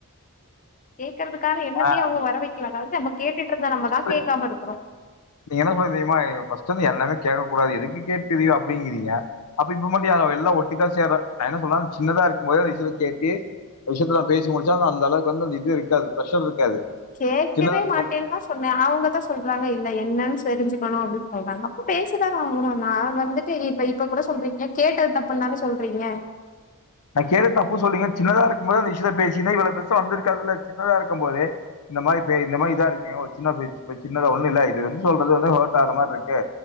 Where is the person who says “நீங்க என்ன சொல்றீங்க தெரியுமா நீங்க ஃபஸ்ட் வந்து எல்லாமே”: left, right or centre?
Left